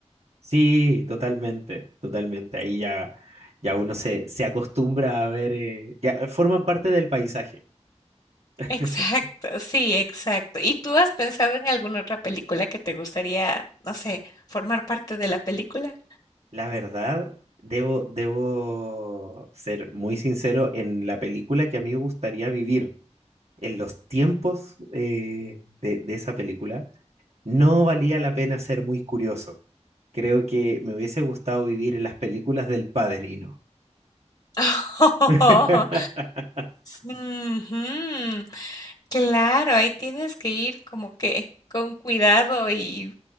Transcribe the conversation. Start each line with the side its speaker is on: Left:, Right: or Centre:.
Right: Sí, totalmente, totalmente. Ahí ya, ya uno se, se acostumbra a ver, eh, ya forman parte del paisaje.
Left: <laughs>
Right: <laughs>
Left: Exacto, sí, exacto. ¿Y tú has pensado en alguna otra película que te gustaría, no sé, formar parte de la película?
Right: La verdad, debo, debo ser muy sincero en la película que a mí me gustaría vivir, en los tiempos eh, de, de esa película, no valía la pena ser muy curioso. Creo que me hubiese gustado vivir en las películas del Padrino.
Left: <laughs>
Right: <laughs>
Left: Oh, ujú. Claro, ahí tienes que ir como que con cuidado y